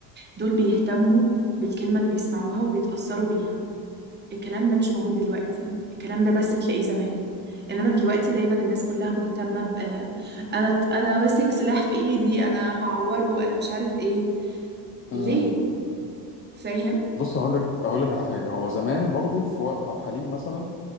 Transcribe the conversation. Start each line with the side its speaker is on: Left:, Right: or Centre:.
Right: دول بيهتموا بالكلمة اللي بيسمعوها وبيتأثروا بيها الكلام ده مش موجود دلوقتي الكلام ده بس تلاقيه زمان انما دلوقتي دايما الناس كلها مهتمة ب آه، انا انا ماسك سلاح في ايدي انا هعوره انا مش عارف ايه
Left: آه...
Right: ليه فاهم
Left: بص هقول لك هقول لك على حاجه هو زمان برضو في وقت عبد الحليم مثلا